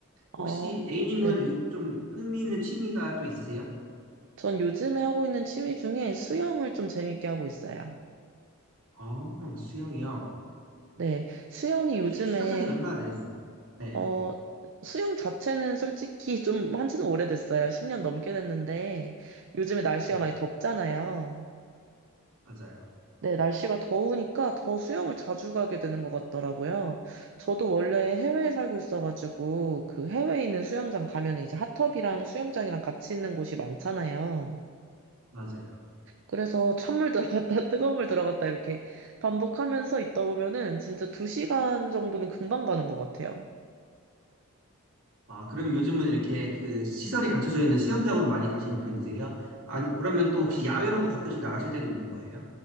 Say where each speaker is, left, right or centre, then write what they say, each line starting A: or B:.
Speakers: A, on the right; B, on the right.
A: 아,
B: 혹시 A님은
A: 네네.
B: 요즘 좀 흥미있는 취미가 또 있으세요?
A: 전 요즘에 하고 있는 취미 중에 수영을 좀 재밌게 하고 있어요.
B: 아, 수영이요.
A: 네, 수영이
B: 혹시
A: 요즘에,
B: 시작한 지는 얼마나 되셨어요? 네네.
A: 어, 수영 자체는 솔직히 <laughs> 좀 한지는 오래됐어요. 10년 넘게 됐는데, 요즘에 날씨가
B: 네,
A: 많이 덥잖아요.
B: 맞아요.
A: 네, 날씨가 더우니까 더 수영을 자주 가게 되는 것 같더라고요. 저도 원래 해외에 살고 있어가지고, 그 해외에 있는 수영장 가면 이제 핫tub이랑 수영장이랑 같이 있는 곳이 많잖아요.
B: 맞아요.
A: 그래서 찬물 들어갔다 <laughs> 뜨거운 물 들어갔다 이렇게 반복하면서 있다 보면은 진짜 두 시간 정도는 금방 가는 것 같아요.
B: 아, 그럼 요즘은 이렇게 그 시설이 갖춰져 있는 수영장으로 많이 가시는 편이세요? 아, 그러면 또 혹시 야외로도 가끔씩 나가실 때도 있는 거예요?